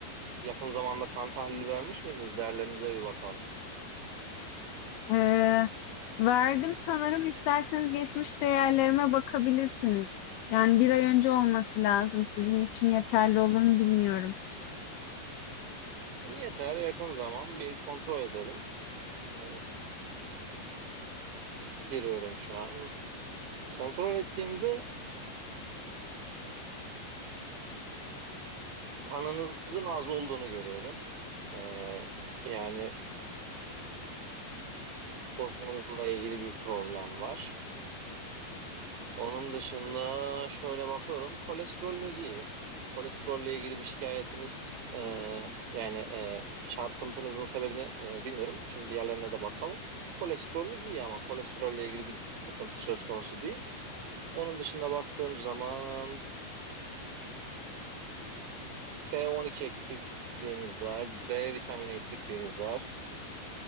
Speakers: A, on the right; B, on the left.
A: Yakın zamanda kan tahlili vermiş miydiniz? Değerlerinize bir bakalım.
B: Ee, verdim sanırım isterseniz geçmiş değerlerime bakabilirsiniz. Yani bir ay önce olması lazım. Sizin için yeterli olur mu bilmiyorum.
A: Yeter yakın zaman bir kontrol edelim. E, giriyorum şu an. Kontrol ettiğimde kanınızın az olduğunu görüyorum. E, yani Onunla ilgili bir problem var. Onun dışında şöyle bakıyorum. Kolesterolünüz iyi. Kolesterolle ilgili bir şikayetiniz e, yani e, çarpıntınızın sebebini e, bilmiyorum. Şimdi diğerlerine de bakalım. Kolesterolünüz iyi ama kolesterolle ilgili bir sıkıntı söz konusu değil. Onun dışında baktığım zaman B12 eksikliğiniz var, D vitamini eksikliğiniz var.